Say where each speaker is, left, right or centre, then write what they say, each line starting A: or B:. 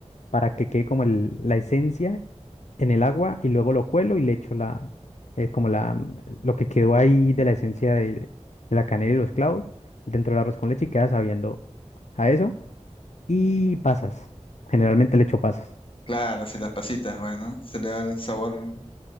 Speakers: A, on the left (about 75°); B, on the left (about 50°).
A: para que quede como el- la esencia en el agua y luego lo cuelo y le echo la, eh, como la, mm, lo que quedó ahí de la esencia de, de la canela y los clavos dentro del arroz con leche y queda sabiendo a eso. Y pasas. Generalmente le echo pasas.
B: Claro, si las pasitas, bueno, se le da el sabor